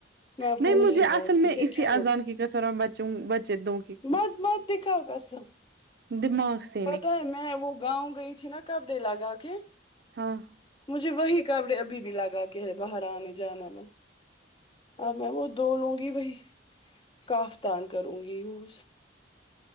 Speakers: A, on the left; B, on the right.
A: میں آپ
B: نہیں
A: کو
B: مجھے اصل
A: بولتی
B: میں
A: پھر
B: اسی
A: کیا
B: اذان کی کثر بچے دووں
A: مز مز دکھ قسم
B: دماغ سے
A: پتاہ ہے میں وہ گاؤں گئی تھی نا کپڑے لگا کے
B: ہاں
A: مجھے وہی کاپڑے ابھی بھی لگا کے ہے باہر آنے جانے میں اب میں وہ دو لوں گی بھائی کافتان کروں گی یز